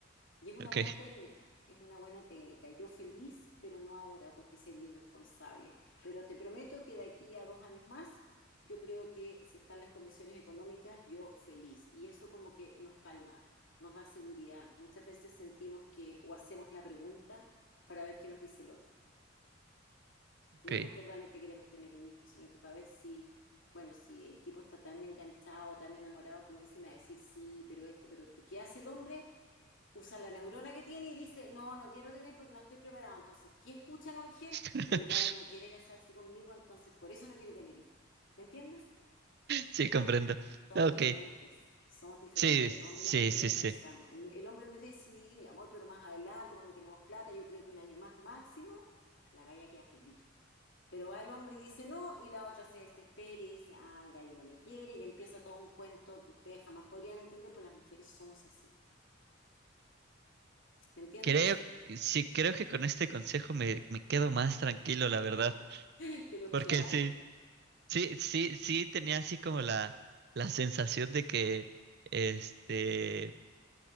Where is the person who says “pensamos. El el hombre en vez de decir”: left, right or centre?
Left